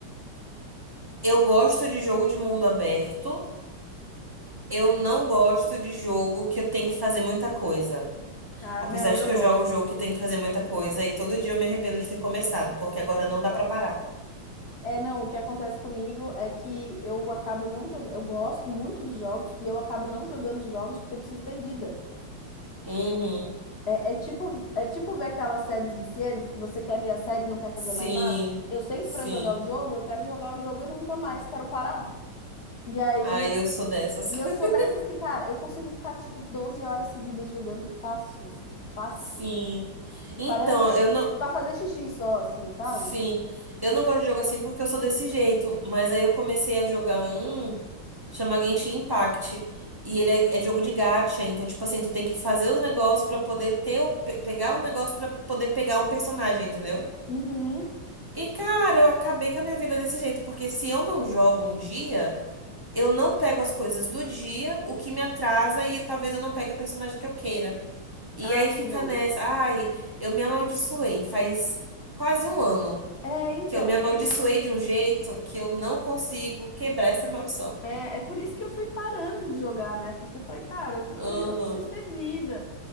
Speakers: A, on the right (about 35°); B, on the left (about 35°).
A: eu gosto de jogo de mundo aberto. Eu não gosto de jogo que eu tenho que fazer muita coisa.
B: Ah,
A: Apesar
B: não,
A: de
B: eu
A: que
B: gosto.
A: eu jogo jogo que tem que fazer muita coisa e todo dia eu me arrependo de ter começado, porque agora não dá pra parar.
B: É, não, o que acontece comigo é que eu acabo não jogando. Eu gosto muito dos jogos e eu acabo não jogando os jogos porque eu preciso ter vida.
A: Uhum.
B: É, é tipo, é tipo ver aquelas séries viciantes que você quer ver a série e não quer fazer
A: Sim,
B: mais nada. Eu sento
A: sim.
B: pra jogar o jogo, eu quero jogar o jogo e nunca mais quero parar. E aí
A: ah eu sou dessas.
B: E
A: <laughs>
B: eu sou dessas que, cara, eu consigo ficar, tipo, 12 horas seguidas jogando fácil, assim, fácil.
A: Sim. Então,
B: Parando
A: eu não.
B: pra fazer xixi só, assim, sabe?
A: Sim. Eu não gosto de jogo assim porque eu sou desse jeito. Mas aí eu comecei a jogar um, chama Genshin Impact. E ele é, é jogo de gacha. Então, tipo assim, tu tem que fazer os negócios pra poder ter o. pe- Pegar um negócio pra poder pegar um personagem, entendeu?
B: Uhum.
A: E, cara, eu acabei com a minha vida desse jeito. Porque se eu não jogo um dia. eu não pego as coisas do dia, o que me atrasa e talvez eu não pegue o personagem que eu queira. E
B: Ai,
A: aí fica
B: meu,
A: nessa,
B: isso.
A: ai, eu me amaldiçoei. Faz quase um ano
B: É, então,
A: que eu me amaldiçoei
B: por... i-
A: de um jeito que eu não consigo quebrar essa maldição.
B: é, é por isso que eu fui parando de jogar, né? Porque eu falei, cara,
A: Uhum,
B: eu preciso ter vida.